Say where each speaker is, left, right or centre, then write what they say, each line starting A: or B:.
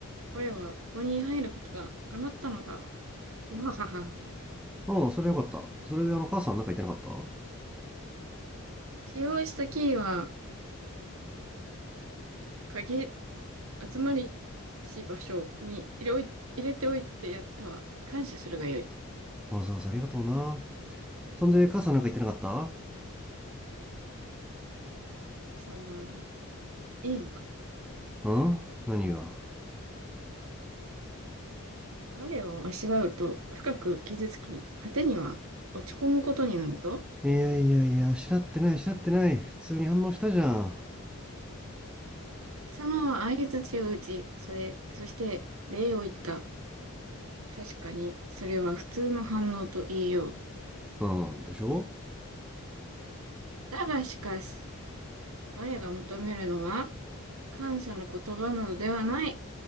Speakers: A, on the right; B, in the centre.
A: 我はここに入ることが叶ったのだ。うわはは。
B: うん、それよかった。それであの母さんなんか言ってなかった
A: 使用したキーは、鍵、集まりし場所に入れおい、入れておいてやったわ。感謝するがよい。
B: わざわざありがとうな。そんで母さんなんか言ってなかった
A: 貴様、いいのか。
B: うん何が
A: 我をあしらうと深く傷つき、果てには落ち込むことになるぞ。
B: いやいやいや、知しらってない、知しらってない。普通に反応したじゃん。
A: 貴様は相槌を打ち、それ、そして礼を言った。確かに、それは普通の反応と言えよう。
B: うん、でしょ
A: だがしかし、我が求めるのは、感謝の言葉などではない。